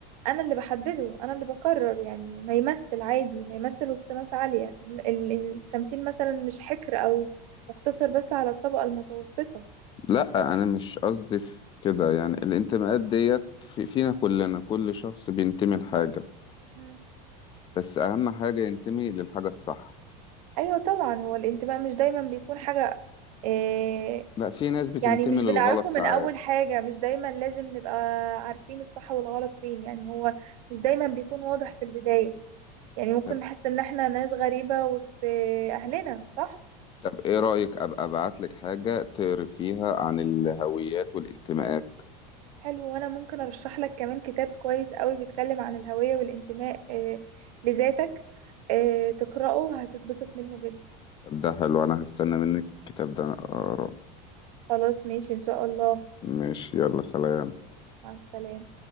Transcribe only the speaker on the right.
انا اللي بحدده انا اللي بقرر يعني ما يمثل عادي ما يمثل وسط ناس عالية م- ال- التمثيل مثلا مش حكر او مقتصر بس على الطبقة المتوسطة
مم.
ايوه طبعا هو الانتماء مش دايما بيكون حاجة آه،
يعني مش
بنعرفه
من أول حاجة مش دايما لازم نبقى عارفين الصح والغلط فين يعني هو مش دايما بيكون واضح في البداية يعني ممكن
نحس إن احنا ناس غريبة وسط أهلنا صح؟
حلو وأنا ممكن أرشح لك كمان كتاب كويس قوي بيتكلم عن الهوية والانتماء آه، لذاتك آه، تقرأه هتتبسط منه جدا
خلاص ماشي إن شاء الله
مع السلامة